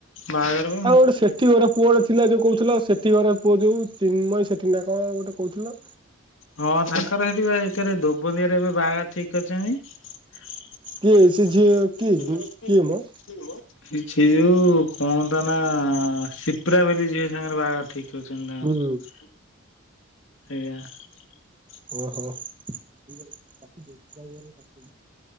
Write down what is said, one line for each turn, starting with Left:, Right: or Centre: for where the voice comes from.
Left: ବାହାଘରକୁ।
Right: ଆଉ ଗୋଟେ ସେଠି ଘର ପୁଅ ଟେ ଥିଲା ଯୋଉ କହୁଥିଲ। ସେଠି ଘର ପୁଅ ଯୋଉ ଚିନ୍ମୟ ସେଠି ନା କଣ ଗୋଟେ କହୁ ଲୋ।
Left: ହଁ, ତାଙ୍କର ସେଠି ଏରେ ଦୋବନିଆରେ ଏବେ ବାହାଘ ଠିକ କରିଛନ୍ତି। <unintelligible>
Right: କିଏ ସେ ଝିଅ କିଏ କିଏ ମ
Left: ସେ ଯୋଉ କନ୍ତା ନା ସିପ୍ରା ବୋଲି ଝିଅ ସାଙ୍ଗରେ ବାହାଘର ଠିକ <unintelligible>
Right: ହୁଁ
Left: ଏଆ।
Right: ଓହୋ। <unintelligible>